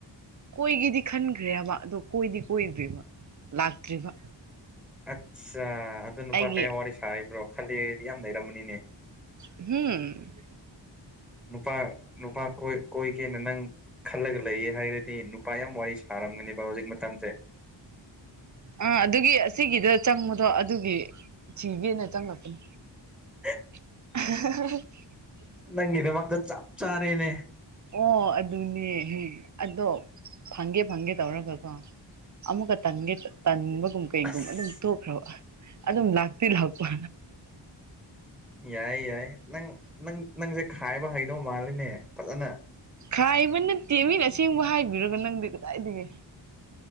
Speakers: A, on the right; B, in the centre.
A: ꯀꯣꯏꯒꯦꯗꯤ ꯈꯟꯈ꯭ꯔꯦꯕ ꯑꯗꯣ ꯀꯣꯏꯗꯤ ꯀꯣꯏꯗ꯭ꯔꯤꯕ ꯂꯥꯛꯇ꯭ꯔꯤꯕ
B: ꯑꯠꯆꯥ ꯑꯗꯨ ꯅꯨꯄꯥ
A: ꯑꯩꯒꯤ
B: ꯀꯌꯥ ꯋꯥꯔꯤ ꯁꯥꯔꯤꯕ꯭ꯔꯣ ꯈꯜꯂꯤꯗꯤ ꯌꯥꯝ ꯂꯩꯔꯝꯕꯅꯤꯅꯦ
A: ꯎꯝ
B: ꯅꯨꯄꯥ ꯅꯨꯄꯥ ꯀꯣꯏꯒꯦꯅ ꯅꯪ ꯈꯜꯂꯒ ꯂꯩꯌꯦ ꯍꯥꯏꯔꯗꯤ ꯅꯨꯄꯥ ꯌꯥꯝ ꯋꯥꯔꯤ ꯁꯥꯔꯝꯒꯅꯦꯕ ꯍꯧꯖꯤꯛ ꯃꯇꯝ
A: ꯑꯥ ꯑꯗꯨꯒꯤ ꯑꯁꯤꯒꯤꯗ ꯆꯪꯕꯗꯣ ꯑꯗꯨꯒꯤ ꯆꯒꯦꯅꯦ ꯆꯪꯉꯄꯅꯤ
B: ꯍ
A: <inaudible> <unintelligible>
B: ꯅꯪꯅꯦ ꯃꯒ ꯆꯞ ꯆꯥꯔꯦꯅꯦ
A: ꯑꯣ ꯑꯗꯨꯅꯦꯍ ꯑꯗꯣ ꯐꯪꯒꯦ ꯐꯪꯒꯦ ꯇꯧꯔꯒꯀꯣ ꯑꯃꯨꯛꯀꯟꯒꯦ ꯇꯟ ꯨꯝ ꯀꯩꯒꯨꯝ
B: ꯑꯁ
A: ꯑꯗꯨꯝ ꯇ ꯊꯣꯛꯈ꯭ꯔꯕ ꯑꯗꯨꯝ ꯂꯥꯛꯇꯤ ꯂꯥꯛꯄ
B: ꯌꯥꯏ ꯌꯥꯏ ꯅꯪ ꯅꯪ ꯅꯪꯁꯦ ꯈꯥꯏꯕ ꯍꯩꯗꯧ ꯃꯥꯜꯂꯤꯅꯦ ꯐꯖꯅ
A: ꯈꯥꯏꯕ ꯅꯠꯇꯦ ꯃꯤꯅ ꯑꯁꯦꯡꯕ ꯍꯥꯏꯕꯤꯔꯒ ꯅꯪꯗꯤ ꯀꯗꯥꯏꯗꯒꯤꯒꯦ